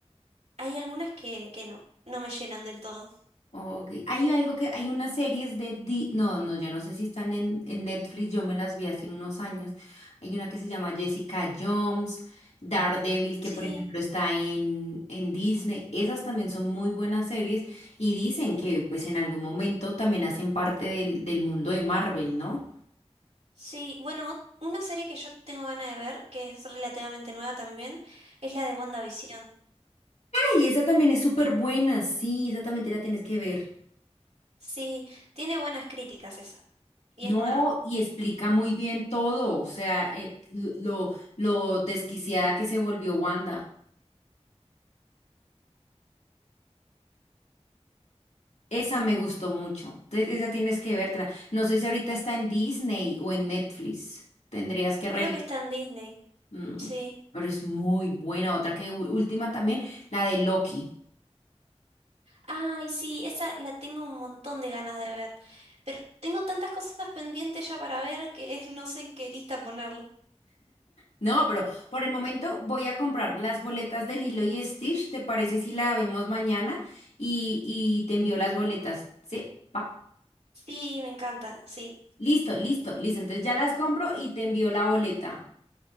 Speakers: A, on the right (about 75°); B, on the left (about 80°).
A: hay algunas que, que no, no me llenan del todo.
B: Ok. Hay algo que, hay unas series de, Di- no, no, ya no sé si están en, en Netflix, yo me las vi hace unos años. Hay una que se llama Jessica Jones, Daredevil, que
A: Sí.
B: por ejemplo está en, en Disney. Esas también son muy buenas series y dicen que pues en algún momento también hacen parte del, del mundo de Marvel, ¿no?
A: Sí, bueno, ot- una serie que yo tengo ganas de ver, que es relativamente nueva también, es la de WandaVision.
B: Ay, esa también es súper buena, sí, esa también te la tienes que ver.
A: Sí, tiene buenas críticas esa, y
B: No,
A: es nueva.
B: y explica muy bien todo, o sea, eh, lo, lo lo desquiciada que se volvió Wanda. Esa me gustó mucho. Entonces, esa tienes que verla. No sé si ahorita está en Disney o en Netflix. Tendrías que revisar.
A: Creo que está en Disney,
B: Mm,
A: sí.
B: pero es muy buena. Otra que u- última también, la de Loki.
A: Ay, sí, esa la tengo un montón de ganas de ver, pero tengo tantas cosas pendientes ya para ver que <laughs> no sé en qué lista ponerlo.
B: No, pero por el momento voy a comprar las boletas de Lilo y Stitch. ¿Te parece si la vemos mañana? Y, y te envío las boletas. Sí, pa.
A: Sí, me encanta, sí.
B: Listo, listo, listo. Entonces ya las compro y te envío la boleta.